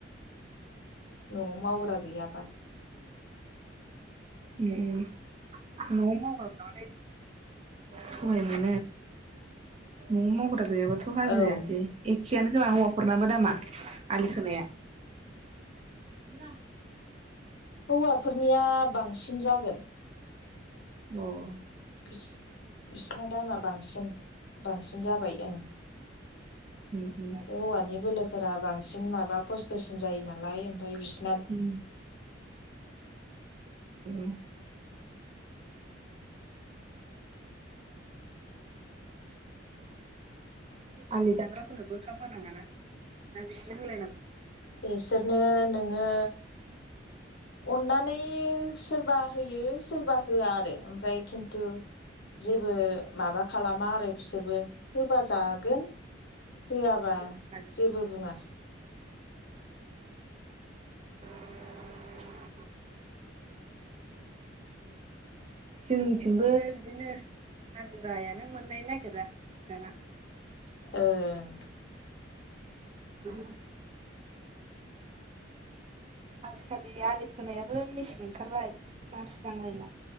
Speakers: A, on the left; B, on the right.
A: न'आव मावग्रा गैयाबा
B: उम- उम न'आव मावग्रा सहाय मोनो न'आव मावग्रा गैयाबोथ' हाजिरायानोसै
A: औ
B: एखेयानो खोमा हौवाफोरनाबो दामा
A: बिदि
B: आलि खोनाया। <unintelligible>
A: हौवाफोरनिया बांसिन जागोन।
B: औ
A: बिसिना दामा बांसिन बांसिन जाबाय ओं।
B: उम उम
A: बे औवानि बोलोफोरा बांसिन माबा खस्थ'सिन जायो नालाय ओमफाय बिसो
B: उम ए <unintelligible> आंनि दांग्राफोरनोबो ओंखाम होनाङा ना। ना बिसोरनो होलायनांगौ।
A: एसोरनो नोङो अननानै सोरबा होयो सोरबा होआ आरो ओमफ्राय खिन्थु जेबो माबा खालामा आरो बिसोरबो होबा जागोन होआबा
B: सोरबा थागोन
A: जेबो बुङा।
B: <unintelligible> जोंनिथिंबो बिदिनो हाजिरायानो मोननायनो नागिरा दाना।
A: ओं
B: <unintelligible> आजिखालि आलि खोनायाबो मेचिन ओंखारबाय मानसि नांलायला।